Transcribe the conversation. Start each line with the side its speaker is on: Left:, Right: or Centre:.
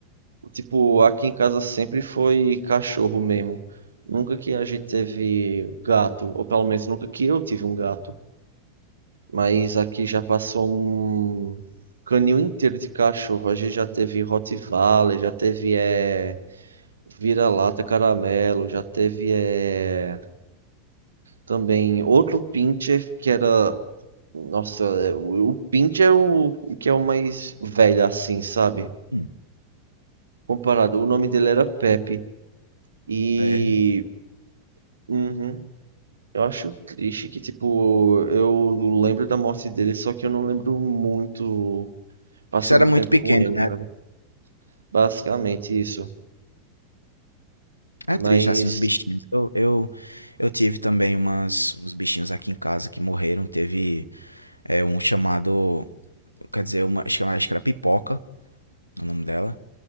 Right: tipo, aqui em casa sempre foi cachorro mesmo. Nunca que a gente teve gato, ou pelo menos nunca que eu tive um gato. Mas aqui já passou um canil inteiro de cachorro. A gente já teve Rottweiler, já teve, é... Vira-lata caramelo, já teve é, também outro Pincher que era. Nossa, é, o o Pincher é o que é o mais velho assim, sabe?
Left: hum.
Right: Comparado, o nome dele era Pepe. E.
Left: É.
Right: Uhum. Eu acho triste que, tipo, eu lembro da morte dele, só que eu não lembro muito passando
Left: Porque Isso era
Right: tempo
Left: muito pequeno,
Right: com ele,
Left: né?
Right: sabe? Basicamente isso.
Left: É
Right: Mas.
Left: triste, assim, os bichinhos. Eu, eu, eu tive também umas, uns bichinhos aqui em casa que morreram. Teve é, um chamado. Quer dizer, uma, acho que era acho que era pipoca. o nome dela.